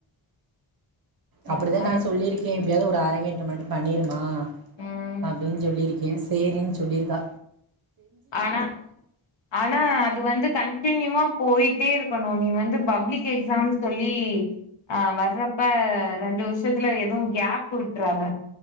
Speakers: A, on the right; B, on the left.
A: அப்டிதா
B: அதெல்லா
A: நா சொல்லிருக்கே எப்டியாவது ஒரு அரங்கேற்றம் மட்டு பண்ணிருமா
B: ம்
A: அப்டினு சொல்லிருக் இது சேரின்னு சொல்லிருக்கா
B: ஆனா ஆனா அது வந்து கன்ட்னியூவா போயிட்டே இருக்கனு நீ வந்து பப்ளிக் எக்ஸாம் சொல்லி அஆ வர்றப்ப ரெண்டு வருஷத்துல எதுவு கேப் விட்றாத